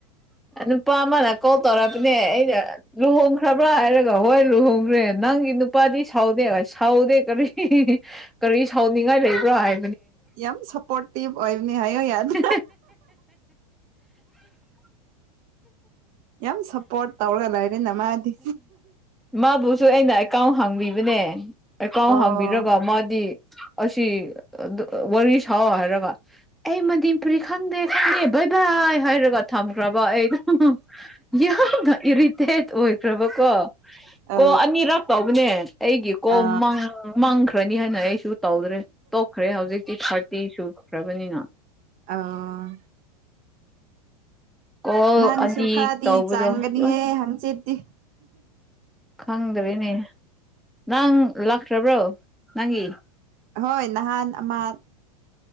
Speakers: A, in the centre; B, on the right.
A: ꯅꯨꯄꯥ ꯑꯃꯅ ꯀꯣꯜ ꯇꯧꯔꯛꯄꯅꯦ ꯑꯩꯩꯅ ꯂꯨꯍꯣꯡꯈ꯭ꯔꯕ꯭ꯔꯥ ꯍꯥꯏꯔꯒ ꯍꯣꯏ ꯂꯨꯍꯣꯡꯈ꯭ꯔꯦꯅ ꯅꯪꯒꯤ ꯅꯨꯄꯥꯗꯤ ꯁꯥꯎꯗꯦ ꯍ ꯁꯥꯎꯗꯦ ꯀꯔꯤ ꯀꯔꯤ ꯁꯥꯎꯅꯤꯡꯉꯥꯏ ꯂꯩꯕ꯭ꯔꯥ ꯍꯥꯏ
B: ꯌꯥꯝ ꯁꯞꯄꯣꯔꯇꯤꯚ ꯑꯣꯏꯅꯤ ꯍꯥꯏꯌꯣ ꯌꯥꯗ
A: <unintelligible> <inaudible>
B: ꯌꯥꯝ ꯁꯞꯄꯣꯔꯠ ꯇꯧꯔꯒ ꯂꯩꯔꯦꯅ ꯃꯥꯗꯤ
A: ꯃꯥꯕꯨꯁꯨ ꯑꯩꯅ ꯑꯦꯀꯥꯎꯟ ꯍꯥꯡꯕꯤꯕ ꯍꯥꯏꯕꯅꯦ ꯑꯦꯀꯥꯎ
B: ꯑꯣ
A: ꯍꯥꯡꯕꯤꯔꯒ ꯃꯥꯗꯤ ꯑꯁꯤ ꯋꯥꯔꯤ ꯁꯥꯎ ꯍꯥꯏꯔꯒ ꯑꯩ ꯃꯗꯤꯄꯨꯔꯤ ꯈꯪꯗꯦ ꯚꯩ ꯚꯏ ꯍꯥꯏꯔꯒ ꯊꯝꯈ꯭ꯔꯕ ꯑꯩ ꯑꯗꯨꯝ ꯏꯔꯤꯇꯦꯠ ꯑꯣꯏ ꯑꯣꯏꯈ꯭ꯔꯕ ꯀꯣ
B: ꯑ
A: ꯀꯣ ꯑꯅꯤꯔꯥꯛ ꯇꯕꯅꯦ ꯑꯩꯒꯤ
B: ꯑ
A: ꯀꯣ ꯃꯥꯡꯈ꯭ꯔ ꯈ꯭ꯔꯅꯤ ꯍꯥꯏꯅ ꯑꯩꯁꯨ ꯇꯧꯗ꯭ꯔꯦ ꯇꯣꯛꯈ꯭ꯔꯦ ꯍꯧꯖꯤꯛꯇꯤ ꯊꯥꯔꯇꯤ ꯁꯨꯈ꯭ꯔꯕꯅꯤꯅ
B: ꯑ <unintelligible> <inaudible>
A: ꯀꯣꯜ
B: ꯅꯪꯁꯨ
A: ꯑꯅꯤ
B: ꯈꯔꯗꯤ
A: ꯇꯧꯕꯗꯣ
B: ꯆꯥꯡꯒꯅꯤꯍꯦ
A: ꯂꯣꯏ
B: ꯍꯪꯆꯤꯠꯇ
A: ꯈꯪꯗ꯭ꯔꯦꯅꯦ ꯅꯪ ꯂꯥꯛꯇ꯭ꯔꯕ꯭ꯔꯣ ꯅꯪꯒꯤ
B: ꯍꯣꯏ ꯅꯍꯥꯟ ꯑꯃ